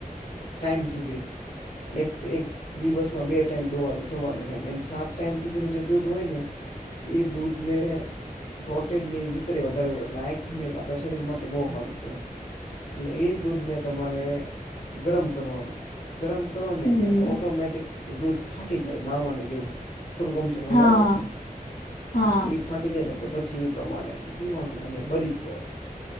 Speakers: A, on the left; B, on the left.
A: ટાઈમ સુધી. એક એક દિવસમાં બે ટાઈમ દોવા દે સવારને સાંજ. એમ સાત ટાઈમ સુધીનું જે દૂધ હોય ને એ દૂધને પ્રોટીનની નીતરે વધારે એટલે આંખને આપણા શરીર માટે બહુ હારું કહેવાય. એટલે એ દૂધને તમારે ગરમ કરવાનું. ગરમ કરો ને
B: હમ
A: એટલે ઑટોમેટિક એ દૂધ ફાટી જાય માવાની જેવું. થોડુંક અમથું હલાવો
B: હા
A: એટલે.
B: હા
A: એટલે એ ફાટી જાય ને એટલે પછી એ પ્રમાણે પીવાનું એને બરી કહેવાય.